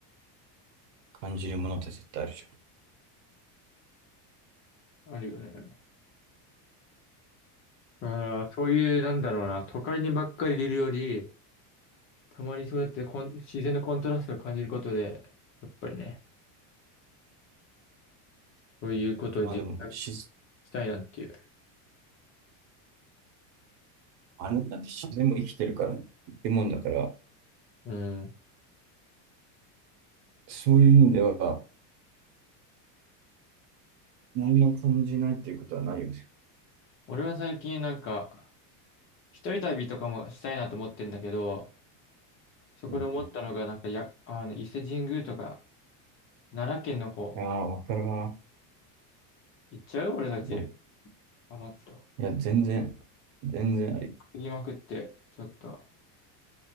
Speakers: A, on the right; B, on the left.
A: う、感じるものって絶対あるじゃん。
B: あるよね。ああ、そういう、なんだろうな、都会にばっかりいるより、たまにそうやってコン自然のコントラストを感じることで、やっぱりね、そういうことを実感
A: まあでも、し、
B: したいなっていう。
A: あれだって自然も生きてるからね、生き物だから、
B: うん。
A: そういう意味では、何も感じないっていうことはないよね。
B: 俺は最近なんか、一人旅とかもしたいなと思ってんだけど、そこで思ったのが、
A: うん
B: なんかや、あの、伊勢神宮とか、奈良県の方、
A: うん。ああ、わかるわ。
B: 行っちゃう俺たち。
A: うん。い
B: 余った。
A: や、全然、全然あり。
B: 言いまくって、ちょっと、